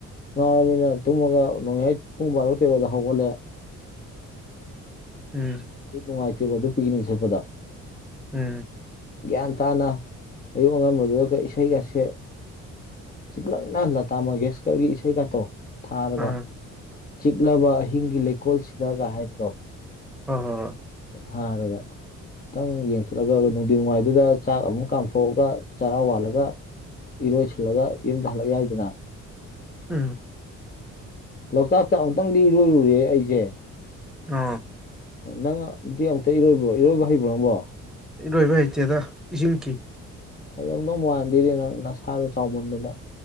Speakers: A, on the left; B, in the centre.
A: ꯉꯥꯎꯔꯃꯤꯅ ꯇꯨꯝꯃꯒ ꯅꯣꯡꯌꯥꯏ ꯄꯨꯡꯕꯔꯣ ꯇꯦꯔꯣꯗ ꯍꯧꯒꯠꯂꯦ
B: ꯎꯝ
A: ꯑꯗꯨ ꯅꯨꯡꯉꯥꯏꯇꯦꯕ ꯑꯗꯨ ꯄꯤꯛꯅꯤꯛ ꯆꯠꯄꯗ
B: ꯎꯝ
A: ꯒ꯭ꯌꯥꯟ ꯇꯥꯅ ꯑꯌꯨꯛ ꯑꯉꯟꯕꯗꯨꯗ ꯏꯁꯩꯒꯁꯦ ꯆꯤꯛꯔꯛꯅ ꯂꯇꯥ ꯃꯪꯒꯦꯁꯀꯔꯒꯤ ꯏꯁꯩꯒꯇꯣ ꯊꯥꯔꯒ
B: ꯑꯥ
A: ꯆꯤꯛꯂꯕ ꯑꯍꯤꯡꯒꯤ ꯂꯩꯀꯣꯜꯁꯤꯗꯒ ꯍꯥꯏꯕꯗꯣ
B: ꯍꯣꯏ ꯍꯣꯏ
A: ꯊꯥꯔꯒ ꯇꯪ ꯌꯦꯡꯊꯠꯔꯒ ꯅꯨꯡꯊꯤ ꯋꯥꯏꯗꯨꯗ ꯆꯥꯛ ꯑꯃꯨꯛ ꯀꯥꯝꯊꯣꯛꯑꯒ ꯆꯔꯥ ꯋꯥꯜꯂꯒ ꯏꯔꯣꯏꯁꯤꯜꯂꯒ ꯌꯨꯝꯗ ꯍꯜꯂꯛ ꯌꯥꯏꯗꯅ
B: ꯎꯝ
A: ꯂꯣꯛꯇꯥꯛꯇ ꯑꯃꯨꯛꯇꯪꯗꯤ ꯏꯔꯣꯏꯔꯨꯔꯦ ꯑꯩꯖꯦ
B: ꯑꯣ
A: ꯅꯪꯗꯤ ꯑꯃꯨꯛꯇ ꯏꯔꯣꯏꯕ꯭ꯔꯣ ꯏꯔꯣꯏꯕ ꯍꯩꯕ꯭ꯔꯣ ꯅꯪꯕꯣ
B: ꯏꯔꯣꯏꯕ ꯍꯩꯇꯦꯗ ꯏꯁꯤꯡ ꯀꯤ
A: ꯍꯩꯔꯝꯗꯧ ꯃꯥꯟꯗꯦ ꯅꯪ ꯅꯁꯥꯗꯣ ꯆꯥꯎꯃꯟꯗꯅ